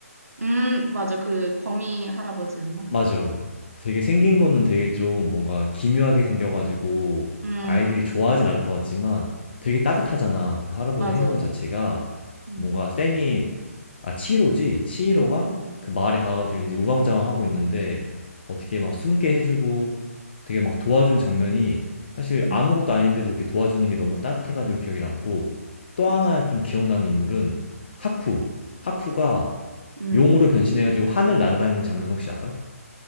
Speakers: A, on the right (about 70°); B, on the left (about 40°).
A: 음, 맞아. 그 거미 할아버지였나?
B: 맞아. 되게 생긴 거는 되게 좀 뭔가 기묘하게 생겨가지고
A: 음,
B: 아이들이 좋아하진 않을 것 같지만 되게 따뜻하잖아. 그 할아버지
A: 맞아.
B: 행동 자체가
A: 음,
B: 뭔가 세니, 아, 치히로지? 치히로가
A: 음,
B: 그 마을에 가가지고 이제 우왕좌왕 하고 있는데 어떻게 막 숨게 해주고 되게 막 도와준 장면이 사실
A: 음,
B: 아무것도 아닌데도 그렇게 도와주는 게 너무 따뜻해가지고 기억에 남고 또
A: 맞아.
B: 하나 좀 기억나는 인물은 하쿠. 하쿠가
A: 음.
B: 용으로 변신해가지고 하늘 날아다니는 장면 혹시 알아?